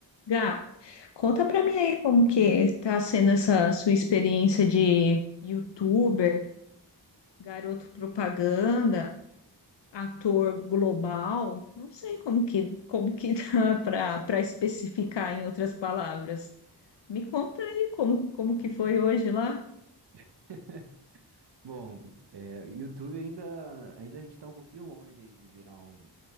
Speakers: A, on the left; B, on the right.
A: Gá, conta pra mim aí como que tá sendo essa sua experiência de youtuber, garoto propaganda, ator global. Não sei como que como que <laughs> dá pra para especificar em outras palavras. Me conta aí como como que foi hoje lá?
B: <laughs> Bom, é, YouTube ainda, ainda a gente tá um pouquinho longe aí de virar um,